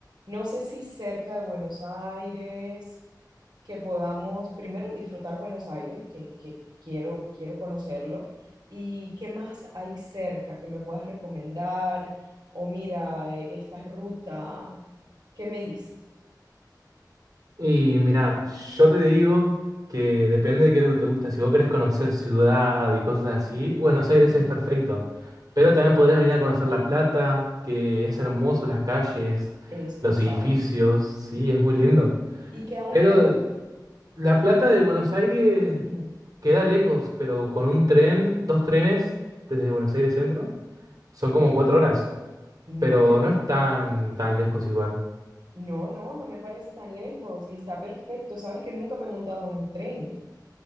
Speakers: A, on the right (about 75°); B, on the right (about 60°).
A: no sé si cerca de Buenos Aires, que podamos primero disfrutar Buenos Aires, que, que quiero, quiero conocerlo y qué más hay cerca que me puedas recomendar o mira eh, esta ruta, ¿qué me dices?
B: Y mira, yo te digo que depende de qué es lo que te gusta. Si vos querés conocer ciudad y cosas así, Buenos Aires
A: Ujú,
B: es perfecto. Pero también podrás venir a conocer La Plata, que es hermoso, las calles,
A: He escuchado.
B: los edificios, sí, es muy lindo.
A: ¿Y queda muy
B: Pero
A: lejos?
B: La Plata de Buenos Aires
A: Ujú,
B: queda lejos, pero con un tren, dos trenes desde Buenos Aires Centro, son
A: Ok.
B: como cuatro horas,
A: No,
B: pero
A: pero...
B: no es tan, tan lejos igual.
A: No, no, no me parece tan lejos y está perfecto. Sabes que nunca me he montado en un tren.